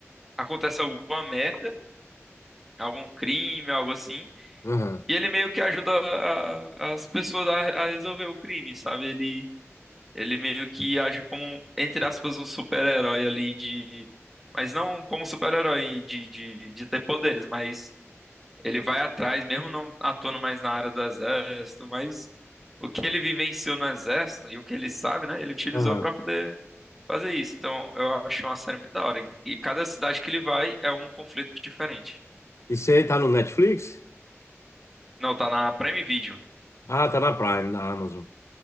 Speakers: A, in the centre; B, on the left (about 70°).
A: acontece alguma merda, algum crime, algo assim,
B: aham,
A: e ele meio que ajuda a- a- as pessoas a, a resolver o crime, sabe? Ele Ele meio que age como, um, entre aspas, um super-herói ali de. Mas não como super-herói de, de, de ter poderes, mas ele vai atrás, mesmo não atuando mais na área do exército, mas o que ele vivenciou no exército e o que ele sabe, né? Ele utilizou
B: aham.
A: pra poder fazer isso. Então eu acho uma série muito da hora. E cada cidade que ele vai é um conflito diferente.
B: e aí tá no Netflix?
A: Não, tá na Prime Video.
B: Ah, tá na Prime, na Amazon.